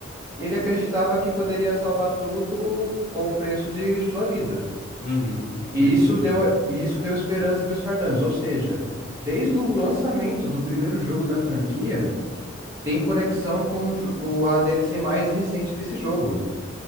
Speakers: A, on the right; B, on the left.
A: E ele acreditava que poderia salvar tudo com o preço de sua vida.
B: uhum. Não
A: E
B: entendi.
A: isso deu, e isso deu esperança dos espartanos, ou seja, desde o lançamento do primeiro jogo da franquia tem conexão com, o jo- com a DLC mais recente desse jogo,